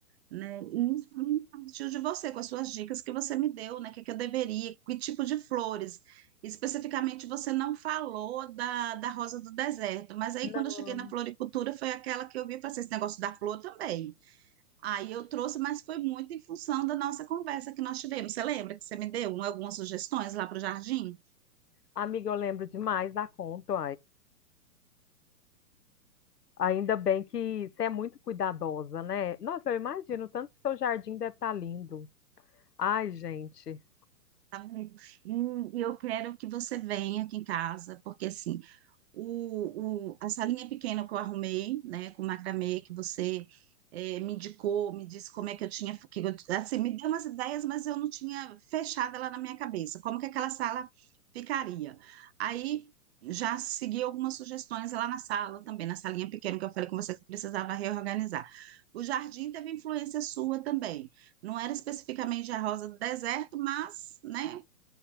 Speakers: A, on the right (about 45°); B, on the left (about 85°).
A: né? E isso pra mim partiu de você, com as suas dicas que você me deu, né? O que que eu deveria, que tipo de flores. Especificamente, você não falou da, da rosa do deserto, mas aí
B: Não,
A: quando eu cheguei na floricultura, foi aquela que eu vi e falei, assim, esse negócio da flor também. Aí eu trouxe, mas foi muito em função da nossa conversa que nós tivemos. Você lembra que você me deu um- algumas sugestões lá para o jardim?
B: amiga, eu lembro demais da conta, Ainda bem que você é muito cuidadosa, né? Nossa, eu imagino o tanto que seu jardim deve estar lindo. Ai, gente,
A: Tá vendo? E e eu quero que você venha aqui em casa, porque assim, o, o- a salinha pequena que eu arrumei, né, com macramê, que você eh, me indicou, me disse como é que eu tinha, que eu- assim, me deu umas ideias, mas eu não tinha fechado ela na minha cabeça, como que aquela sala ficaria. Aí já segui algumas sugestões lá na sala também, na salinha pequena que eu falei com você que eu precisava reorganizar. O jardim teve influência sua também. Não era especificamente a rosa do deserto, mas, né,